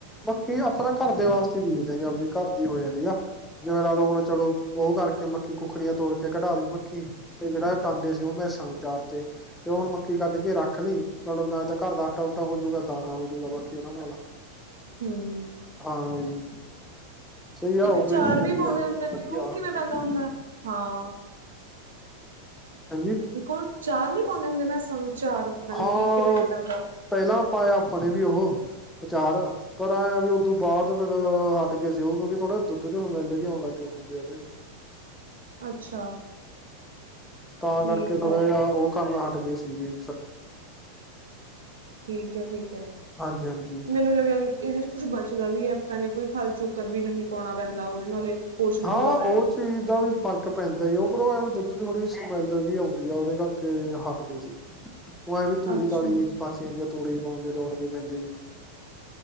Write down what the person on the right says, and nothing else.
ਹਮ।
ਇੱਕ
ਚਾਰ
ਵੀ ਪਾਉਂਦੇ
ਹੁੰਦੇ
ਨੇ ਉਹ ਕਿਵੇਂ ਪੈਂਦਾ
ਹੁੰਦਾ
ਹਾਂ।
ਕੌਣ ਚਾਰ ਨਹੀਂ ਪਾਉਂਦੇ ਹੁੰਦੇ, ਮੈਂ ਚਾਰ ਪਤਾ ਨਹੀਂ
ਕੀ ਕਿਵੇਂ ਪਤ-
ਅੱਛਾ-
ਠੀਕ
ਐ,
ਠੀਕ ਹੈ ਠੀਕ ਹੈ,
ਮੈਨੂੰ ਲੱਗਾ ਇਹਦੇ ਚ ਕੁਝ ਬਚਦਾ ਵੀ ਐ। ਤੁਹਾਨੂੰ ਕੋਈ ਖਲ ਚੋਕਰ ਵੀ ਨਹੀਂ ਪਾਉਣਾ ਪੈਂਦਾ ਉਹਦੇ ਨਾਲ ਪੋਸ਼ਣ ਪੂਰਾ
ਹੋ
ਜਾਂਦਾ।
ਅੱਛਾ